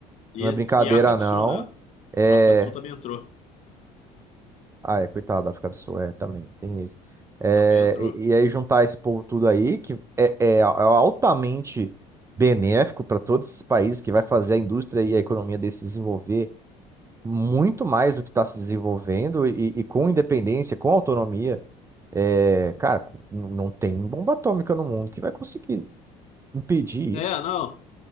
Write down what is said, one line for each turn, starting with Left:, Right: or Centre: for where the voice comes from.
Left: e,
Right: não é
Left: esse-
Right: brincadeira,
Left: e África do
Right: não.
Left: Sul, né?
Right: É,
Left: A África do Sul também entrou.
Right: ah, é, coitado da África do Sul, é, também, tem isso. É,
Left: Também entrou.
Right: e, e aí juntar esse povo tudo aí, que é, é é altamente benéfico para todos esses países, que vai fazer a indústria e a economia deles se desenvolver muito mais do que está se desenvolvendo, e, e com independência, com autonomia. É, cara, n- não tem bomba atômica no mundo que vai conseguir impedir
Left: É,
Right: isso.
Left: não.